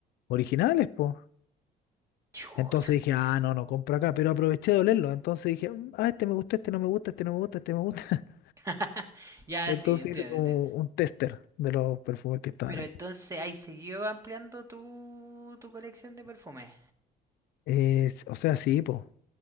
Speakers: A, on the left (about 70°); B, on the right (about 20°).
A: originales, pues.
B: Chuta.
A: Entonces dije, ah, no, no compro acá, pero aproveché de olerlo. Entonces dije, "Mm, ah, este me gusta, este no me gusta, este no me gusta, este me gusta. <laughs>
B: <laughs> Ya,
A: Entonces
B: sí, entiendo,
A: hice como
B: entiendo.
A: un tester de los perfumes que estaban
B: Pero
A: ahí.
B: entonces, ahí siguió ampliando tu, tu colección de perfumes.
A: Es- o sea, sí, po.